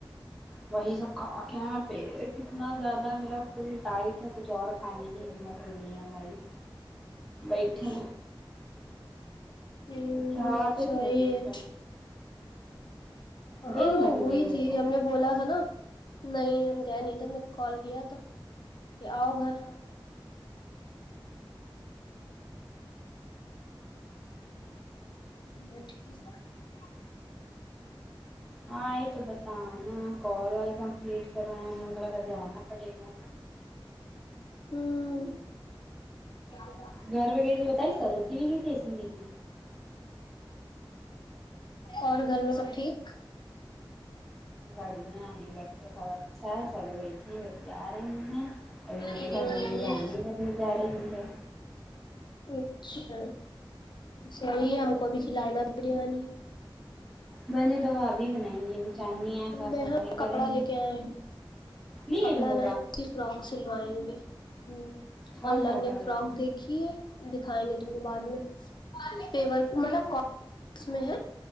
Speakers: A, in the centre; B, on the left.
A: وہی س کاں کیا پیٹ اتنا زیادہ میرا فل ٹائٹ ہے کچھ اور کھانے کی ہمت نہیں ہے ہماری بیٹھے
B: ہ ہ
A: کیا بات ہوئی
B: ساہ
A: تھی نبیل سے
B: <unintelligible> ہاں
A: گئی تھی نبیل
B: وہی
A: کے گھر
B: تھی
A: کو
B: ہم نے بولا تھا نا نہیں ہم گئے نہیں نے کال کیا تو کہ آؤ گھر ہ ٹھیک <unintelligible>
A: ہاں یہ تو بت نا کال وال کمپلیٹ کروایا انگلا جانا پڑے گا
B: ہوں <unintelligible>
A: گھر پہ گئی تھی بتائی سروتی بھی گئی تھی ایسے گئی تھی
B: <inaudible> اور گھر میں سب ٹھیک
A: بڑھیا ہے گھر پہ سب اچھا ہے چلو وہ اتنی بتی آ رہی ہیں <unintelligible> ابھی میرے
B: ہوں
A: گھر میں بریانی بنی جا رہی ہے
B: اچھا صحی ہم کو بھی کھلانا بریانی
A: میں نے دوبا بھی بنائییں گ ہے صاف
B: ب
A: صفائی
B: ہاں
A: کریں
B: کپڑا
A: گے
B: لے کے آئے
A: لیے
B: کپڑا
A: تم
B: لیں کی فراک سلوائیں گے ہ
A: کون
B: آن
A: سا
B: لائن
A: کپڑا
B: ایک
A: لگے
B: فراک دیکھیے دکھائیں گے تم وہ بعد میں پ م <unintelligible> اس میں ہے